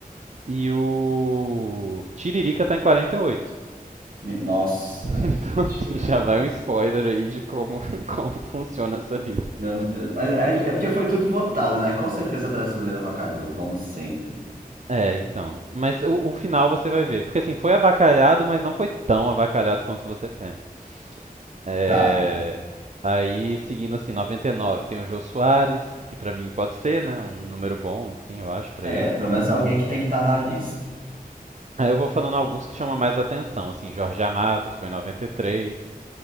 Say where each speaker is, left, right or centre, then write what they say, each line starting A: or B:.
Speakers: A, on the right (about 50°); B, on the right (about 65°).
A: E o Tiririca tá em 48. <laughs>
B: Me- Nossa,
A: Então,
B: mentira.
A: assim, já vai um spoiler aí de como, <laughs> como funciona essa lista.
B: Meu Deus. Mas é, é porque foi tudo votado, né? Com certeza a brasileira avacalhou, como sempre.
A: É, então. Mas o, o final você vai ver. Porque, assim, foi avacalhado, mas não foi tão avacalhado quanto você pensa. É,
B: Tá.
A: Aí, seguindo, assim, 99, tem o Jô Soares, que pra mim pode ser, né? Um número bom, assim, eu acho, pra
B: É,
A: ele.
B: pelo menos alguém que tem que estar na lista.
A: Aí eu vou falando alguns que chamam mais atenção, assim, Jorge Amado ficou em 93.